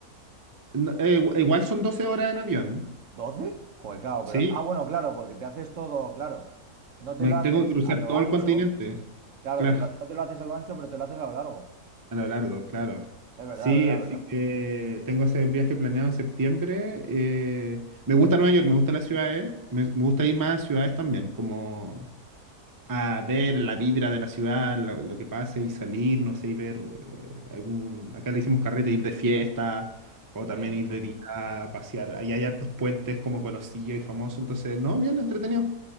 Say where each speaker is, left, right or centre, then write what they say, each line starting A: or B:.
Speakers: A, on the right (about 25°); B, on the right (about 60°).
A: No, eh, igu- igual son 12 horas en avión,
B: 12, Joder, claro,
A: ¿sí?
B: pero. Ah, bueno, claro, porque te haces todo, claro. No
A: Me
B: te lo
A: tengo
B: haces
A: que cruzar
B: a lo
A: todo
B: ancho,
A: el continente,
B: claro,
A: claro,
B: te lo- no te lo haces a lo ancho, pero te lo haces a lo largo.
A: a lo largo, claro.
B: Es verdad,
A: Sí,
B: verdad,
A: así
B: verdad.
A: que tengo ese viaje planeado en septiembre. eh, me gusta Nueva York, me gusta las ciudades, me, me gusta ir más a ciudades también, como a ver la vibra de la ciudad, lo, lo que pase y salir, no sé, y ver eh, algún, acá le hicimos carrete, ir de fiesta. O también
B: Sí.
A: ir de día a pasear. Ahí hay hartos puentes como conocidos y famosos. Entonces, no, bien entretenido.